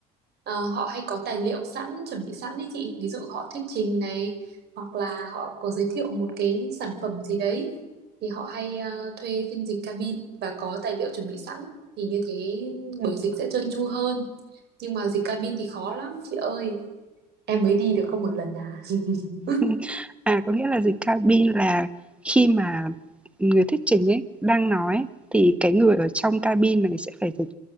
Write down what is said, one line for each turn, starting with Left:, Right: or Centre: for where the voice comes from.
Right: Ờ, họ hay có tài liệu sẵn, chuẩn bị sẵn đấy chị. Ví dụ họ thuyết trình này, hoặc là họ có giới thiệu một cái sản phẩm gì đấy. Thì họ hay ờ, thuê phiên dịch cabin và có tài liệu chuẩn bị sẵn. Thì như thế buổi dịch sẽ trơn tru hơn. Nhưng mà dịch cabin thì khó lắm chị ơi. Em mới đi được có một lần à. <laughs>
Centre: <laughs> À, có nghĩa là dịch cabin là khi mà người thuyết trình ấy đang nói ấy, thì cái người ở trong cabin này sẽ phải dịch